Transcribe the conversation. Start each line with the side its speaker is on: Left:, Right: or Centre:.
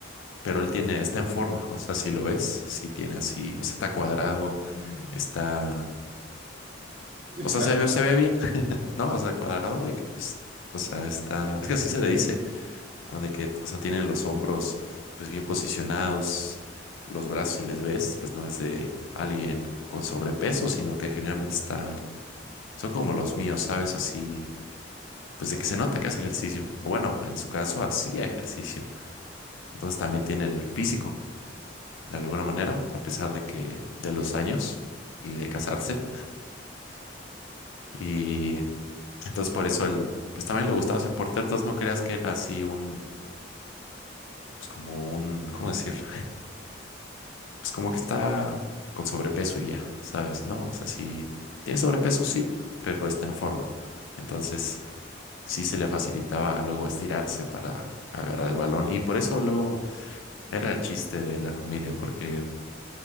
Left: pero él tiene, está en forma, o sea, si lo ves, sí tiene así, o sea, está cuadrado,
Right: <laughs>
Left: está, o sea,
Right: Cuadro.
Left: se, ve- se ve bien, <laughs> ¿no? O sea, cuadrado de que pues, o sea, está, es que así se le dice, cuando que, o sea, tiene los hombros pues bien posicionados, los brazos si les ves, pues no es de alguien con sobrepeso, sino que generalmente está, son como los míos, ¿sabes? Así pues de que se nota que hace
Right: Ujú,
Left: ejercicio, o bueno, en su caso hacía ejercicio. Entonces también tiene el físico, de alguna manera, a pesar de que de los años y de casarse. Y entonces por eso él, pues también le gustaba ser portero, entonces no creas que era así un, pues como un, ¿cómo decirlo? Pues como que está con sobrepeso y ya, ¿sabes? No, o sea, sí, tiene sobrepeso, sí, pero está en forma. Entonces sí se le facilitaba luego estirarse para agarrar el balón y por eso luego Era el chiste de la familia porque,